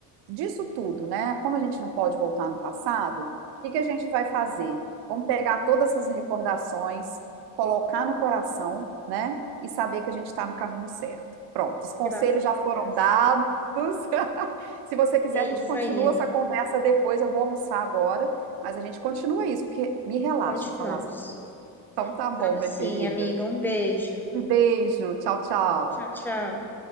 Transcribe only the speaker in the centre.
Graças
a Deus.
É
isso
aí, amiga.
Continuamos.
Vamos
sim,
amiga. Um beijo.
Tchau, tchau.